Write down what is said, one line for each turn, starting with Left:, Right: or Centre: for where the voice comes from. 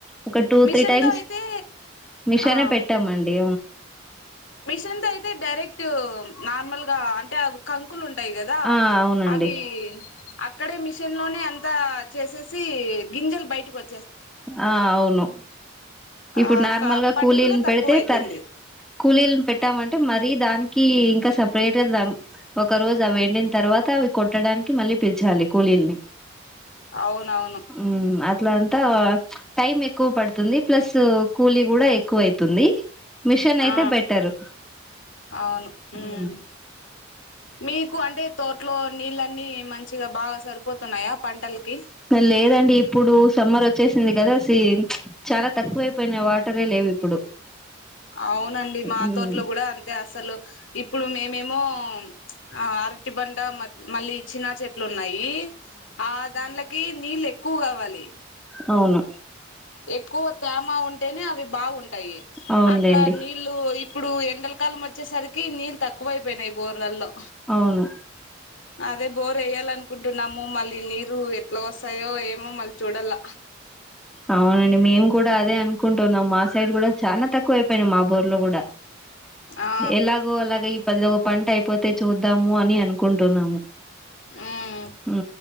Centre: ఒక టూ
Left: మిషన్
Centre: త్రీ టైమ్స్
Left: తో అయితే
Centre: మిషానే
Left: ఆ
Centre: పెట్టామండి
Left: మిషన్ తో అయితే డైరెక్ట్ నార్మల్ గా అంటే కా కంకులు ఉంటాయి కదా
Centre: ఆ అవునండి
Left: అవి అక్కడే మిషన్ లోనే అంతా చేసేసి గింజలు బయటకి వ
Centre: ఆహా అవును
Left: ఆ
Centre: ఇప్పుడు నార్మల్ గా
Left: పని
Centre: కూలీని
Left: కూడా తక్కువ
Centre: పెడితే
Left: అయితుంది
Centre: తర కూలీలు పెట్టామంటే మరీ దానికి ఇంకా సపరేట్ గా ఒక రోజు అవి వెండిన తర్వాత అవి కొట్టడం దానికి మళ్ళీ పిలిచాలి కూలీల్ని
Left: అవునవును
Centre: మ్ అట్లా అంతా టైమ్ ఎక్కువ పడుతుంది ప్లస్ కూలీ కూడా ఎక్కువ అవుతుంది మిషన్ అయితే
Left: ఆ
Centre: బెటరు
Left: అవును
Centre: హు
Left: ఉమ్. మీకు అంటే తోటలో నీళ్ల అన్నీ మంచిగా బాగా సరిపోతున్నాయా పంటలకి
Centre: లేదండి ఇప్పుడు సమ్మర్ వచ్చేసింది సే కదా అ చాలా తక్కువైపోయినా వాటరే లేవు ఇప్పుడు
Left: అవునండి మా
Centre: హ్మ్.
Left: తోట్లో కూడా అంతే అసలు ఇ ఇప్పుడు మేమేమో అరటి బండ మళ్ళీ ఇచ్చినా చె చేట్లు ఉన్నాయి ఆ దానిలోకి నీళ్ళు ఎక్కువ కావాలి
Centre: అవును
Left: ఎక్కువ తేమ ఉంటేనే అవి బాగుంటాయి
Centre: అవునులేండి
Left: అట్లా నీళ్ళు ఇప్పుడు ఎండలకాలం వచ్చేసరికి నీళ్లు తక్కువైపోయినాయి బోర్లలో
Centre: అవును
Left: అదే బోర్ ఏయ్యాలను అనుకుంటున్నాము మళ్ళీ నీరు ఎట్లా వస్తాయో ఏమో మళ్ళీ చూడాల
Centre: అవునండి మేము కూడా అదే అనుకుంటున్నాం మా సైడ్ కూడా చానా తక్కువ అయిపోయినాయి మా బోర్ లో కూడా
Left: ఆ
Centre: ఎలాగో అలాగ ఈ పది ఒక పంట అయిపోతే చూద్దాము అని అనుకుంటున్నాము
Left: ఉమ్
Centre: హు